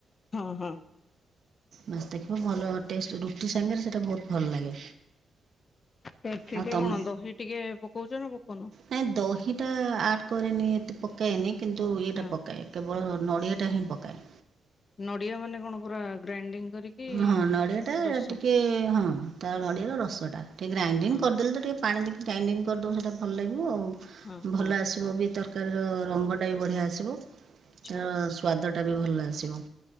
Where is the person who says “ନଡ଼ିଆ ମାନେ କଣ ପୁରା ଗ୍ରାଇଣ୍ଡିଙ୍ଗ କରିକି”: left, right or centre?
Left